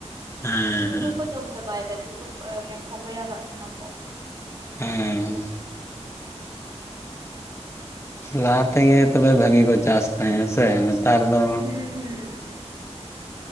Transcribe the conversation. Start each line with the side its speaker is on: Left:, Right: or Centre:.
Left: ᱦᱮᱸ
Right: ᱦᱩᱲᱩ
Left: ᱦᱮᱸ
Right: ᱜᱮᱠᱚ ᱡᱚᱢ ᱪᱟᱵᱟᱭᱮᱫᱟ ᱡᱷᱚᱛᱚ ᱚᱱᱮ ᱠᱷᱚᱠᱭᱟ ᱠᱟᱜ ᱠᱟᱱᱟ ᱠᱚ
Left: ᱦᱮᱸ᱾ ᱞᱟᱦᱟ ᱛᱮᱜᱮ ᱛᱚᱵᱮ ᱵᱷᱟᱹᱜᱮ ᱠᱚ ᱪᱟᱥ ᱛᱟᱦᱮᱸᱫ, ᱦᱮᱸ ᱥᱮ? ᱱᱮᱛᱟᱨ ᱫᱚ
Right: ᱦᱩᱸ ᱦᱩᱸ